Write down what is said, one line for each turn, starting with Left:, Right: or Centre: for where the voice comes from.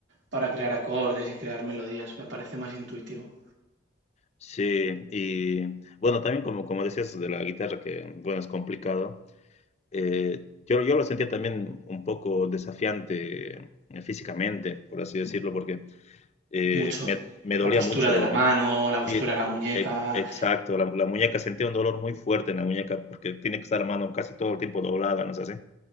Right: para crear acordes y crear melodías. Me parece más intuitivo.
Left: sí, y bueno, también como, como decías de la guitarra, que bueno, es complicado. eh, yo, yo lo sentía también un poco desafiante eh, físicamente, por así decirlo, porque eh,
Right: Mucho.
Left: me, me, dolía
Right: La postura
Left: mucho.
Right: de la mano, la postura
Left: Sí,
Right: de la muñeca.
Left: e- exacto, la, la muñeca sentía un dolor muy fuerte en la muñeca porque tiene que estar la mano casi todo el tiempo doblada, ¿no es así?